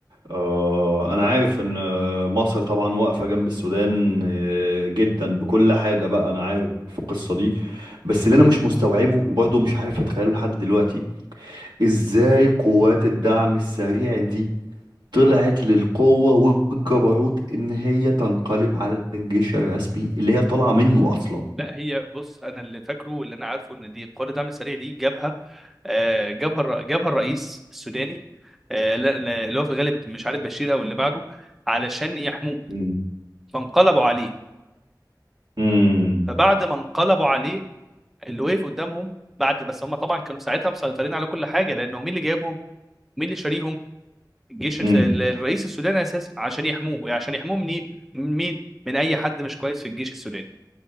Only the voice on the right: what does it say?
آه، أنا عارف إن آه، مصر طبعا واقفة جنب السودان آه، جدا بكل حاجة بقى أنا عارف القصة دي بس اللي أنا مش مستوعبه وبرضه مش عارف أتخيله لحد دلوقتي إزاي قوات الدعم السريع دي طلعت للقوة والجبروت إن هي تنقلب على الجيش الرسمي اللي هي طالعة منه أصلا
مم.
مم.
مم.